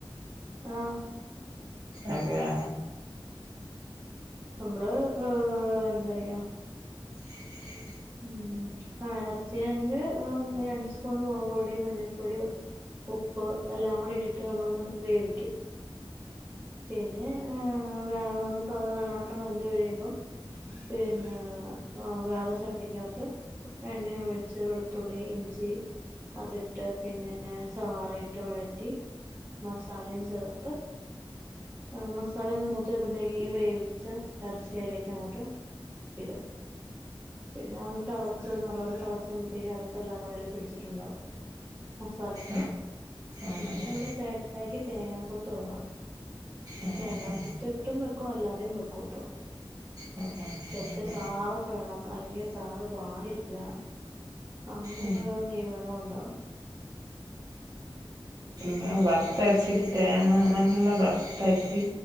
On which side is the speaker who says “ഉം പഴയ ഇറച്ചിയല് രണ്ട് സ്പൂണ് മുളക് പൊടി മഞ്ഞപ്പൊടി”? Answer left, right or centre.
Right